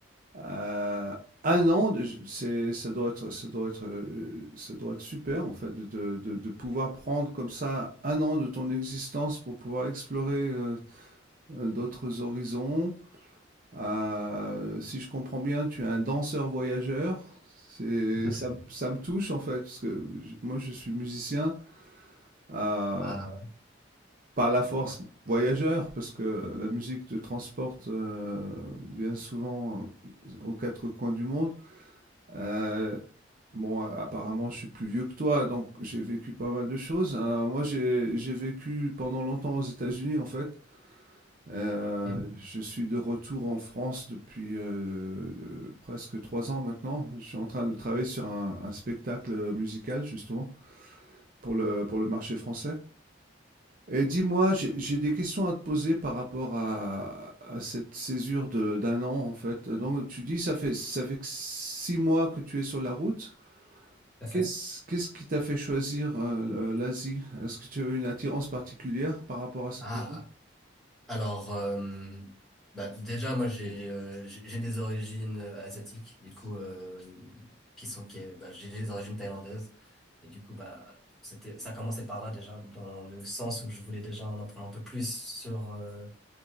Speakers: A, on the right (about 45°); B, in the centre.
A: Euh, un an, de- c'est, ça doit être, ça doit être, euh, ça doit être super en fait de, de- de- de pouvoir prendre comme ça un an de ton existence pour pouvoir explorer euh, euh, d'autres horizons. Euh, si je comprends bien, tu es un danseur voyageur. C'est,
B: Tout à
A: ça,
B: fait.
A: me- ça me touche en fait, parce que j- moi je suis musicien euh,
B: Ah
A: par la force voyageur, parce que la musique te transporte euh, bien souvent euh, aux quatre coins du monde. Euh, Bon, euh, apparemment, je suis plus vieux que toi, donc j'ai vécu pas mal de choses. Euh, moi, j'ai j'ai vécu pendant longtemps aux États-Unis, en fait. Euh,
B: ouais. Ok,
A: je suis de retour en France depuis euh, euh, presque trois ans maintenant. Je suis en train de travailler sur un, un spectacle musical justement pour le, pour le marché français. Et dis-moi, j'ai j'ai des questions à te poser par rapport à, à cette césure de- d'un an en fait. Donc tu dis ça fait ça fait que six mois que tu es sur la route.
B: T'as fait?
A: Qu'est-ce qu'est-ce qui t'a fait choisir euh, l'Asie? Est-ce que tu as eu une attirance particulière par rapport à cette
B: Ah,
A: région?
B: Alors, euh, bah, déjà, moi, j'ai euh, j'ai j'ai des origines euh, asiatiques, du coup, euh, qui sont, qui, est- bah, j'ai des origines thaïlandaises, et du coup, bah, c'était, ça commençait par là déjà, dans le sens où je voulais déjà en apprendre un peu plus sur euh,